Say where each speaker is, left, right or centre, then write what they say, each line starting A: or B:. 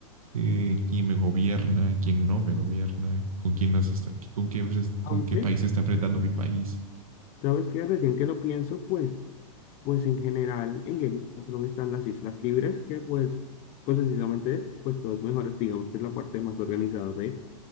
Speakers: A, on the right; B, on the left.
A: eh, quién me gobierna, quién no me gobierna, con quién nos está, con qué, pues,
B: aunque,
A: con qué país se está enfrentando mi país.
B: ¿sabes qué? Recién que lo pienso, pues, pues en general en Game of Thrones están las islas libres, que pues, pues precisamente, pues todos mejores, digamos que es la parte más organizada de,